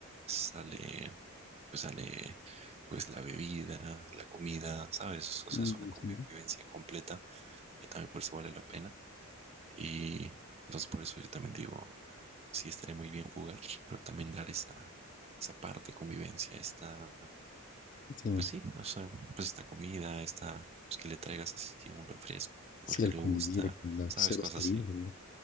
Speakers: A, on the right; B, on the left.
A: sale, pues sale, pues la bebida, la comida, ¿sabes? O sea,
B: Uh,
A: es una convivencia
B: sí,
A: completa que también por eso vale la pena. Y entonces por eso yo también digo, sí estaría muy bien jugar, pero también dar esa, esa parte de convivencia, esta,
B: sí,
A: pues sí, o sea, pues esta comida, esta, pues que le traigas así un refresco,
B: sí,
A: el que
B: el
A: le
B: convivir
A: gusta,
B: con los
A: ¿sabes?
B: seres
A: Cosas
B: queridos,
A: así.
B: ¿no?